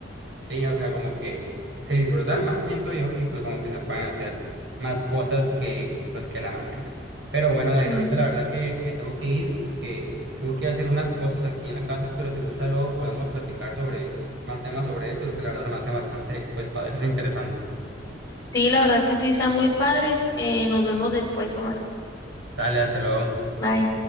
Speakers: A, on the right; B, on the left.
A: Sí, o sea, como que se disfrutan más, siento yo, y pues como que se pueden hacer más cosas que pues que la mañana. Pero bueno, Dair,
B: Ujú.
A: ahorita la verdad que me tengo que ir porque tengo que hacer unas cosas aquí en la casa, pero si gusta luego podemos platicar sobre más temas sobre estos, que la verdad se me hacen bastante pues padres e interesantes.
B: Sí, la verdad que sí, están muy padres. Eh, nos vemos después, Omar.
A: Dale, hasta luego.
B: Bye.